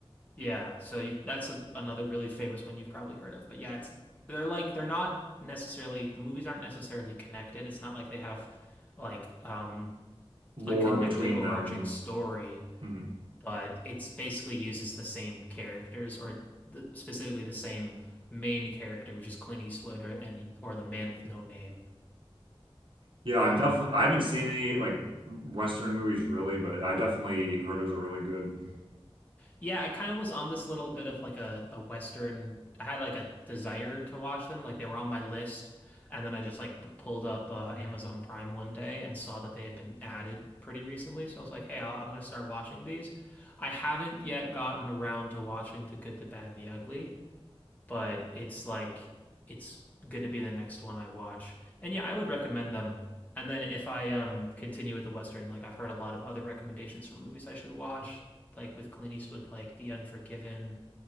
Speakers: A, on the left (about 15°); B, on the right (about 60°).
A: Yeah, so you that's a, another really famous one you've probably heard of. But yeah, it's they're like they're not necessarily the movies aren't necessarily connected. It's not like they have like um
B: Lore
A: a connected
B: between
A: overarching
B: them.
A: story
B: hmm
A: but it's basically uses the same characters or the, specifically the same main character, which is Clint Eastwood or and or the man with no name.
B: Yeah, I've
A: Um,
B: definitely I haven't seen any like Western movies really, but I definitely heard there's a really good.
A: yeah, I kind of was on this little bit of like a, a Western. I had like a desire to watch them, like they were on my list, and then I just like p- pulled up uh, Amazon Prime one day and saw that they had been added pretty recently. So I was like, hey, i I'm gonna start watching these. I haven't yet gotten around to watching The Good, the Bad, and the Ugly. but it's like it's gonna be the next one I watch. And yeah, I would recommend them. And then if I um continue with the Western, like I've heard a lot of other recommendations for movies I should watch, like with Clint Eastwood, like The Unforgiven,